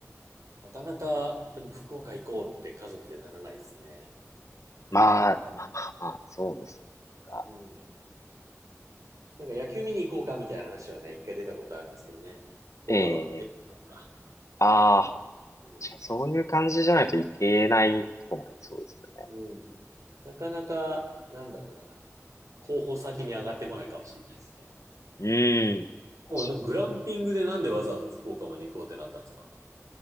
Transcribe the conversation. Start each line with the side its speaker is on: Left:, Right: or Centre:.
Right: なかなか、でも福岡行こうって家族でならないですね。
Left: まあ、まあまあまあ、そうですね。なんか
Right: うん。なんか野球見に行こうかみたいな話はね、一回出たことあるんですけどね。福岡ドーム、
Left: ええ、
Right: ペットドームか。
Left: ああ、
Right: うん。
Left: 確かにそういう感じじゃないといけないとこもありそうですよ
Right: うんなかなか、なんだろうな。候補先に上がってこないかもしれないですね。
Left: ね。うん。確かに
Right: もうなグランピングでなんでわざわざ福岡まで行こうってなったんですか